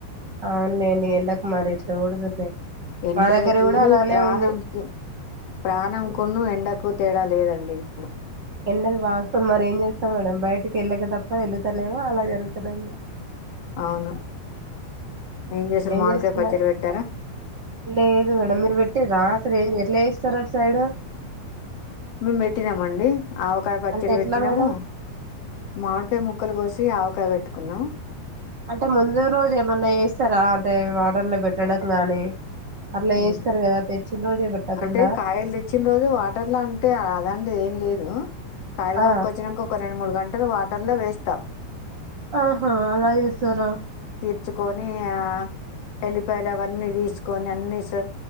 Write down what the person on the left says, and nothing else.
ఎండలకి
ప్రాణంకి
ప్రాణం కొన్ని ఎండకు ఎక్కువ తేడా లేదండి ఇప్పుడు
అవును చేసారు
మామిడికాయ
పచ్చడి పెట్టారా
మేము పెట్టినామండి ఆవకాయ పచ్చడి
పెట్టినాము
మామిడికాయ ముక్కలు కోస తి ఆవకాయ పెట్టుకున్నాం
హ్మ్
అంటే కాయలు తెచ్చిన రోజు వాటర్లో అంటే అదండి ఏం లేదు హలో కాయలు
కొనుకోచ్చినాకా ఒక్కోల్ రెండు మూడు గంటలు వాటర్ లో వేస్తా
తెచ్చుకొని ఆ ఎల్లిపాయలు అవన్నీ తీసుకొని అన్ని బస్